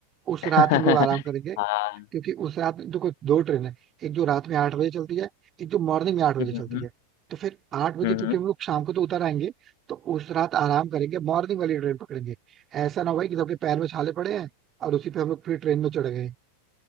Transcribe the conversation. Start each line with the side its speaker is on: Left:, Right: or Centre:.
Right: उस
Left: <laughs>
Right: रात हम लोग आराम करेंगे
Left: हाँ
Right: क्योंकि उस रात में देखो दो ट्रेन है एक जो रात में आठ बजे चलती है एक जो मॉर्निंग में आठ बजे
Left: हम्म
Right: चलती
Left: हम्म
Right: है तो फिर आठ बजे
Left: हम्म,
Right: क्योंकि
Left: हम्म।
Right: हम लोग शाम को तो उतर आएंगे तो उस रात आराम करेंगे मॉर्निंग वाली ट्रेन पकड़ेंगे ऐसा ना हो भाई कि सबके पैर में छाले पड़े हैं और उसी पे हम लोग फिर ट्रेन में चढ़ गए